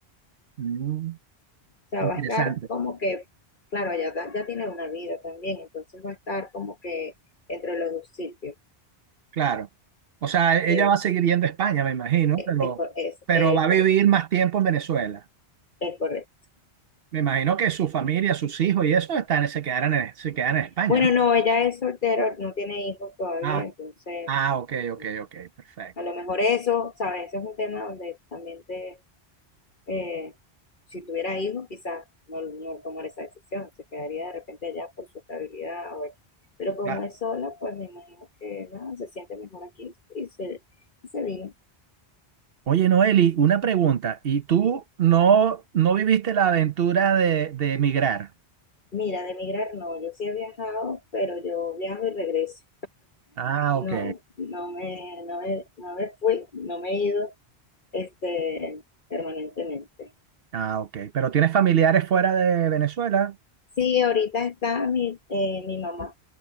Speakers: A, on the right; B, on the left.
A: Mm,
B: O sea,
A: interesante,
B: va a estar como que, claro, ya, ta- ya tiene una vida también, entonces va a estar como que entre los dos sitios.
A: claro. O sea, ella
B: eh,
A: va a seguir yendo a España, me imagino, pero,
B: Es, cor- es,
A: pero
B: es
A: va a vivir más tiempo en Venezuela.
B: Es correcto.
A: Me imagino que su familia, sus hijos y eso están, se quedarán en, se quedan en España,
B: Bueno,
A: ¿no?
B: no, ella es soltera, no tiene hijos todavía,
A: Ah,
B: entonces
A: ah, ok, ok,
B: mm,
A: ok, perfecto.
B: a lo mejor eso, ¿sabes? Ese es un tema donde también te, eh, si tuviera hijos, quizás no, no tomar esa decisión, se quedaría de repente allá por su estabilidad o X. Pero como
A: Claro.
B: es sola, pues me imagino que nada, se siente mejor aquí y se, y se vino.
A: Oye, Noeli, una pregunta. ¿Y tú no, no viviste la aventura de, de emigrar?
B: Mira, de emigrar no, yo sí he viajado, pero yo viajo y regreso.
A: Ah,
B: No,
A: ok.
B: no me, no me, no me fui, no me he ido este, permanentemente.
A: Ah, ok. Pero tienes familiares fuera de Venezuela.
B: Sí, ahorita está mi, eh, mi mamá,